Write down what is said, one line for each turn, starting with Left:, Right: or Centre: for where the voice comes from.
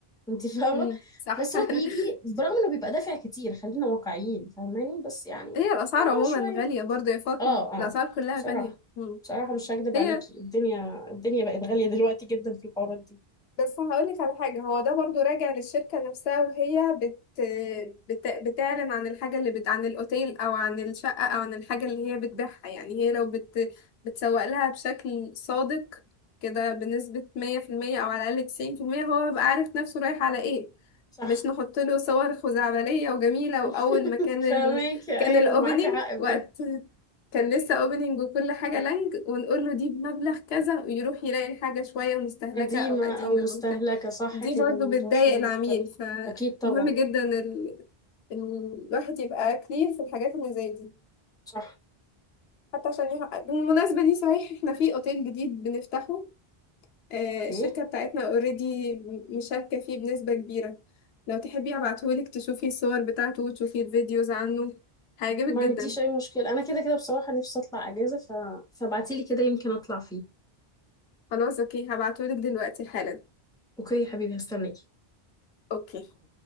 Centre: <laughs> انت فاهمة
Left: مم. صح
Centre: بس هو بيجي برغم
Left: <laughs>
Centre: انه بيبقى دافع كتير خلينا واقعيين فاهماني بس يعني
Left: هي الاسعار
Centre: موضوع
Left: عموما
Centre: شوية
Left: غالية برضه يا فاطمة
Centre: اه اه
Left: الاسعار كلها
Centre: بصراحة
Left: غالية مم.
Centre: بصراحة مش هكدب
Left: هي
Centre: عليكي الدنيا الدنيا بقت غالية دلوقتي جدا في الحوارات دي
Left: بس هقولك على حاجة هو ده برضو راجع للشركة نفسها وهي بت... بت... بتعلن عن الحاجة اللي بت... عن الأوتيل أو عن الشقة أو عن الحاجة اللي هي بتبيعها يعني هي لو بت... بتسوق لها بشكل صادق كده بنسبة مية في المية أو على الأقل تسعين في المية هو بيبقى عارف نفسه رايح على إيه
Centre: صح
Left: مش نحط له صور خزعبلية وجميلة
Centre: <laughs>
Left: وأول ما كان ال...
Centre: فاهمك ايوه
Left: كان الأوبننج
Centre: معاكي حق بجد
Left: وقت كان لسه اوبننج وكل حاجة لانج ونقول له دي بمبلغ كذا ويروح يلاقي الحاجة شوية مستهلكة
Centre: قديمة
Left: او قديمة
Centre: او مستهلكة
Left: او بتاع
Centre: صح
Left: دي
Centre: كده
Left: برضه
Centre: الموضوع
Left: بتضايق
Centre: شوية مختلف
Left: العميل فمهم
Centre: اكيد طبعا
Left: جدا ال... ال- الواحد يبقى كلير في الحاجات اللي زي دي
Centre: صح
Left: حتى عشان يحقق بالمناسبة دي صحيح احنا في اوتيل جديد بنفتحه آه،
Centre: اوكي
Left: الشركة بتاعتنا اوريدي مشاركة فيه بنسبة كبيرة لو تحبي هبعتهولك تشوفي الصور بتاعته وتشوفي الفيديوز عنه هيعجبك
Centre: ما
Left: جدا
Centre: عنديش اي مشكلة انا كده كده بصراحة نفسي اطلع اجازة ف... فابعتيلي كده يمكن اطلع فيه
Left: خلاص اوكي هبعتهولك دلوقتي حالا
Centre: اوكي يا حبيبي هستناكي
Left: اوكي